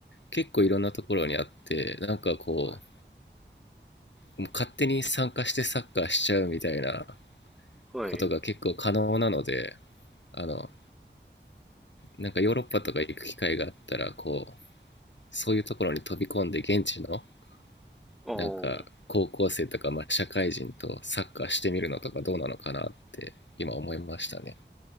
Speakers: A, on the left; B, in the centre.
A: 結構いろんなところにあってなんかこ
B: は
A: うもう勝手に参加してサッカーしちゃうみたいな
B: い。はい。
A: ことが結構可能なのであのなんかヨーロッパとか行く機会があったらこうそういうところに飛び込んで現地の
B: お
A: なんか高校生とか、
B: ー。
A: まあ、社会人とサッカーしてみるのとかどうなのかなって今思いましたね。